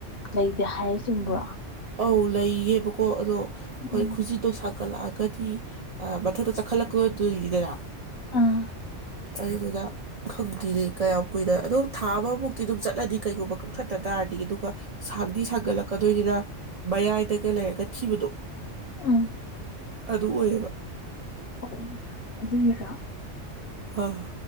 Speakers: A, on the left (about 55°); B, on the right (about 50°).
A: ꯂꯩꯇꯦ ꯍꯥꯏ ꯆꯨꯝꯕ꯭ꯔꯣ
B: ꯑꯧ ꯂꯩꯌꯦꯕꯀꯣ ꯑꯗꯣ ꯍꯣꯏ
A: ꯎꯝ
B: ꯈꯨꯨꯁꯤꯗꯣ ꯁꯥ ꯆꯈꯠꯂꯛꯑꯒꯗꯤ ꯃꯊꯛꯇ ꯆꯈꯠꯂꯛꯀꯗꯣꯏꯗꯣꯏꯅꯤꯗꯅ
A: ꯑꯥ
B: ꯑꯗꯨꯗꯨꯅ ꯈꯪꯗ꯭ꯔꯤꯅꯦ ꯀꯌꯥꯝ ꯀꯨꯏꯅ ꯑꯗꯨꯝ ꯊꯥ ꯑꯃꯃꯨꯛꯇꯤ ꯑꯗꯨꯝ ꯆꯠꯂꯗꯤ ꯀꯩꯒꯨꯝꯕ ꯀꯪꯊꯠꯇ ꯇꯥꯔꯗꯤ ꯑꯗꯨꯒ ꯁꯥꯡꯗꯤ ꯁꯥꯥꯡꯒꯠꯂꯛꯀꯗꯣꯏꯅꯤꯅ ꯃꯌꯥꯏꯗꯒ ꯂꯩꯔꯒ ꯊꯤꯕꯗꯣ
A: ꯎꯝ
B: ꯑꯗꯨ ꯑꯣꯏꯌꯦꯕ
A: ꯑꯣ ꯑꯗꯨꯅꯔꯥ
B: ꯑꯥ